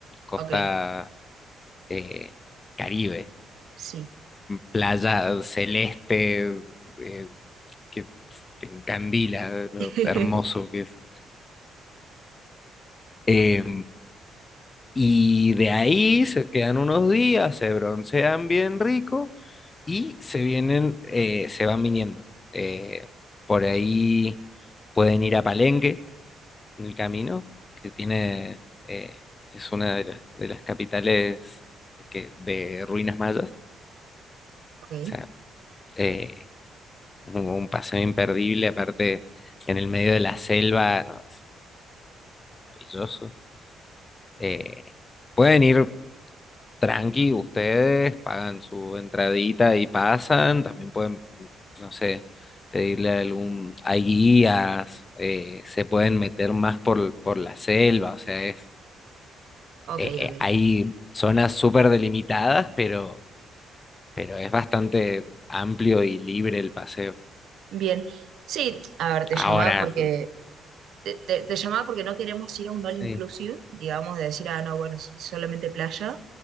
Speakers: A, on the left; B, on the right.
A: costa
B: ok,
A: eh, Caribe,
B: sí.
A: playa celeste. eh, que pues, te encandila lo
B: <laughs>
A: hermoso que es. Eh, y de ahí se quedan unos días, se broncean bien rico y se vienen, eh, se van viniendo. Eh, por ahí pueden ir a Palenque, en el camino, que tiene, eh, es una de las, de las capitales que, de ruinas mayas. O
B: Ok,
A: sea, eh, un, un paseo imperdible, aparte en el medio de la selva, no, es maravilloso. Eh, pueden ir tranqui ustedes, pagan su entradita y pasan. También pueden, no sé, pedirle algún... Hay guías, eh, se pueden meter más por, por la selva, o sea, es,
B: ok,
A: eh,
B: ok.
A: eh, hay zonas súper delimitadas, pero, pero es bastante amplio y libre el paseo.
B: Bien, sí, a ver, te
A: Ahora,
B: llamaba porque te, te- te llamaba porque no queremos ir a un all
A: sí,
B: inclusive, digamos, de decir, ah, no, bueno, sí, solamente playa,